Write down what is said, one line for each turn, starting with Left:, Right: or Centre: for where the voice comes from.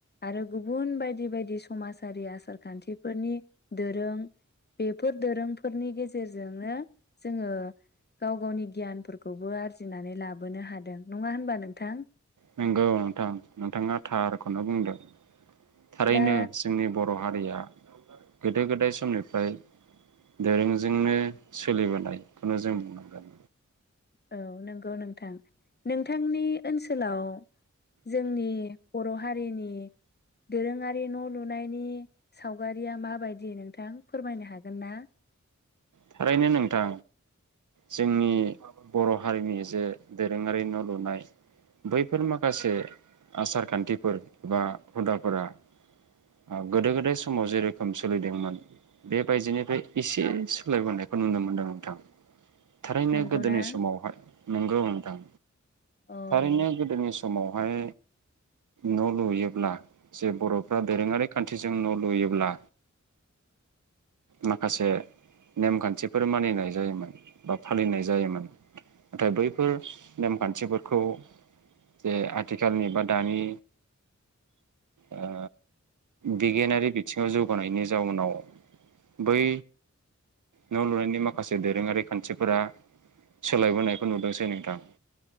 Left: आरो गुबुन बायदि बायदि समाजारि आसार खान्थिफोरनि दोरों बेफोर दोरोंफोरनि गेजेरजोंनो जोङो गाव गावनि गियानफोरखौबो आरजिनानै लाबोनो हादों नङा होनबा नोंथां?
Right: नंगौ नोंथां नोंथाङा थारखौनो बुंदों। थारैनो
Left: दा
Right: जोंनि बर' हारिया गोदो गोदाय समनिफ्राय दोरोंजोंनो सोलिबोनायखौनो जों बुंनांगोन।
Left: औ नोंगौ नोंथां। नोंथांनि ओनसोलाव जोंनि बर' हारिनि दोरोङारि न' लुनायनि सावगारिया माबायदि नोंथां फोरमायनो हागोन ना?
Right: थारैनो नोंथां। जोंनि बर' हारिनि जे दोरोङारि न' लुनाय बैफोर माखासे आसार खान्थिफोर बा हुदाफोरा ओ गोदो गोदाय समाव जेरोखोम सोलिदोंमोन बेबायदिनिफ्राय एसे सोलायबोनायखौ नुनो मोनदों नोंथां। थारैनो
Left: नंगौना
Right: गोदोनि समावहाय नोंगौ नोंथां।
Left: अ
Right: थारैनो गोदोनि सम समावहाय न' लुयोब्ला जे बर'फ्रा दोरोङारि खान्थिजों न' लुयोब्ला माखासे नेमखान्थिफोर मानिनाय जायोमोन बा फालिनाय जायोमोन। नाथाय बैफोर नेमखान्थिफोरखौ जे आथिखालनि बा दानि ओ बिगियानारि बिथिङाव जौगानायनि जाउनाव बै न' लुनायनि माखासे दोरोङारि खान्थिफोरा सोलायबोनायखौ नुदोंसै नोंथां।